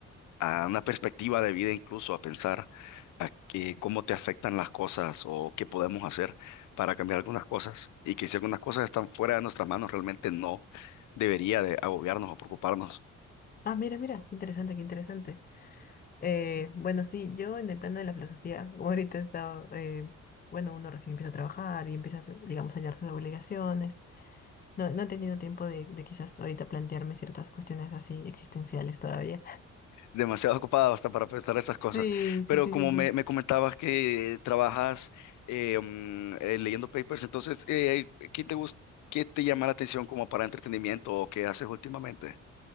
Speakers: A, on the left; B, on the left.
A: a una perspectiva de vida incluso, a pensar a qué- cómo te afectan las cosas o qué podemos hacer para cambiar algunas cosas y que si algunas cosas están fuera de nuestras manos, realmente no debería de agobiarnos o preocuparnos.
B: Ah, mira, mira, qué interesante, qué interesante. Eh, bueno, sí, yo en el plano de la filosofía, como ahorita he estado, eh, bueno, uno recién empieza a trabajar y empieza, a hacer, digamos, a llenarse de obligaciones. No, no he tenido tiempo de, de quizás ahorita plantearme ciertas cuestiones así existenciales todavía. <laughs>
A: Demasiado ocupado hasta para pensar esas cosas.
B: Sí,
A: Pero
B: sí, sí,
A: como
B: sí, sí.
A: me, me comentabas que trabajas eh, mm, eh, leyendo papers, entonces, eh, ¿qué te gus- ¿Qué te llama la atención como para entretenimiento o qué haces últimamente?